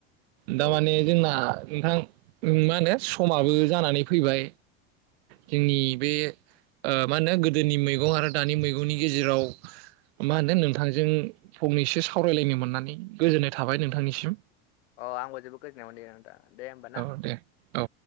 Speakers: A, on the left (about 75°); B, on the right (about 65°).
A: औ
B: थारमाने जोंना। नोंथां मा होनो समाबो जानानै फैबाय। जोंनि बे मा होनो गोदोनि मैगं आरो दानि मैगंनि गेजेराव मा होनो नोंथांजों फंनैसो सावरायलायनो मोननानै गोजोननाय थाबाय नोंथांनिसिम।
A: अ आंबो जोबोद गोजोननाय मोनदों नोंथां दे होमबा ना।
B: औ दे औ।